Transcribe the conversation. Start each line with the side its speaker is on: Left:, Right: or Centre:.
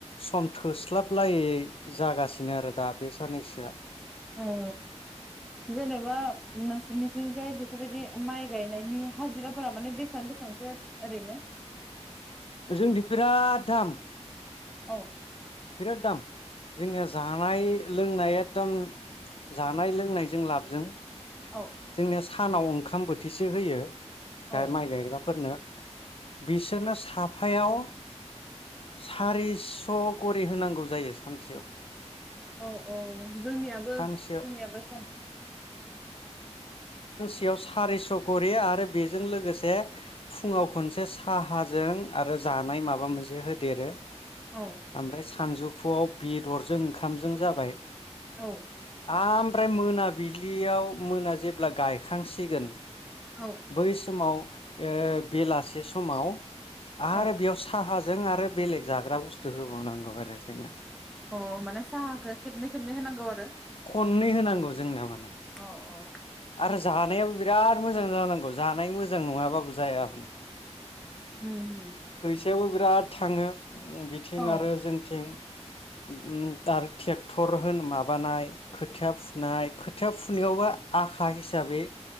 Left: सम थोस्लाबलायै जागासिनो आरो दा बे साननैसोआ
Centre: ओ जेनेबा नोंसोरनिथिं जाय बेफोरबायदि माइ गायनायनि हाजिराफोरा माने बेसेबां बेसेबांसो ओरैनो
Left: जोंदि बिराद दाम
Centre: औ
Left: बिराद दाम जोंनिया जानाय लोंनाया एकदम जानाय लोंनायजों लाबजों
Centre: औ
Left: जोंनोया सानाव ओंखाम बोथिसे होयो।
Centre: औ
Left: माइ गायग्राफोरनो बिसोरनो साफ आफायाव सारिस' गरि होनांगौ जायो सानसेयाव
Centre: औ औ जोंनियाबो
Left: सानसेयाव
Centre: जोंनियाबो स
Left: सियाव सारिस' करि आरो बेजों लोगोसे फुङाव खनसे साहाजों आरो जानाय माबा मोनसे होदेरो।
Centre: औ
Left: ओमफ्राय सानजौफुआव बिदरजों ओंखामजों जाबाय।
Centre: औ
Left: आमफ्राय मोनाबिलियाव मोना जेब्ला गायखांसिगोन
Centre: औ
Left: बै समाव ओ बेलासे समाव आरो
Centre: औ
Left: बेयाव साहा जों आरो बेलेग जाग्रा बुस्थु होबावनांगौ आरो जोंना
Centre: अ माने साहाखौ खेबनै खेबनै होनांगौ <unintelligible>
Left: खनै होनांगौ जोंना माने
Centre: अ अ
Left: आरो जानायाबो बिराद मोजां जानांगौ। जानाय मोजां नङाबाबो जाया।
Centre: होम होम
Left: थियावबो बिराद थाङो। बिथिं
Centre: औ
Left: आरो जोंथिं उम आरो ट्रेक्टर होनो माबानाय खोथिया फुनाय खोथिया फुनायावबा आखा हिसाबै